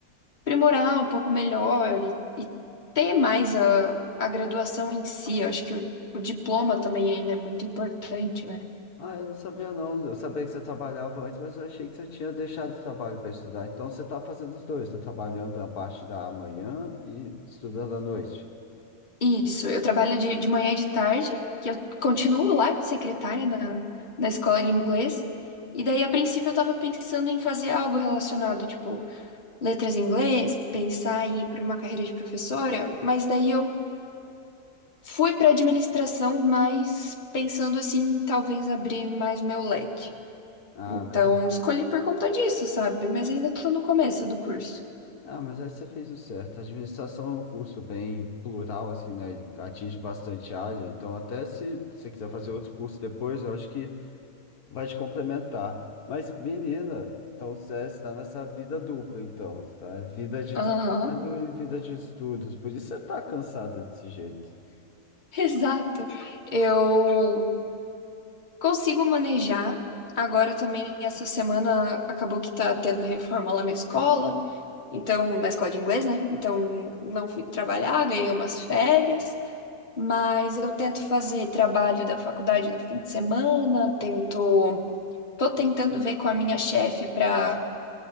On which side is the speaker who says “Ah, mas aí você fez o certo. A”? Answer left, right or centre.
Left